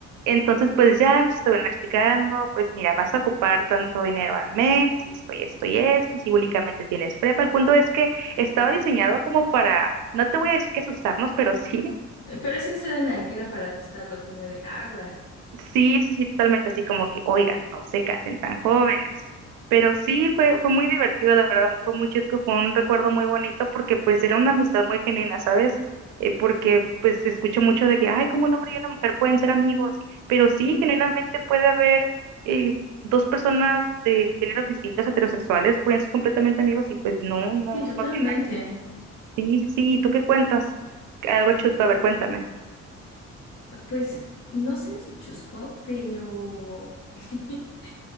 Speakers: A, on the right; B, on the left.
A: Entonces, pues ya nos estuvieron explicando, pues mira, vas a ocupar tanto dinero al mes y esto y esto y esto, y si únicamente tienes prepa. El punto es que estaba diseñado como para, no te voy a decir que asustarnos, pero <laughs> sí,
B: Pero sí suena que era para asustarlos, como de aguas.
A: Sí, sí, sí, totalmente así como que, oigan, no se casen tan jóvenes. Pero sí, fue, fue muy divertido, la verdad, fue muy chusco, fue un recuerdo muy bonito porque pues era una amistad muy genuina, ¿sabes? Eh, porque pues escucho mucho de que, ay, como un hombre y una mujer pueden ser amigos, pero sí,
B: Ajá.
A: generalmente puede haber eh, dos personas de géneros distintos, heterosexuales, pueden ser completamente amigos y pues no, no,
B: Sí, totalmente.
A: no tiene. Sí, sí, sí, ¿y tú qué cuentas? Algo chusco, a ver, cuéntame,
B: Pues no sé si chusco, pero <laughs>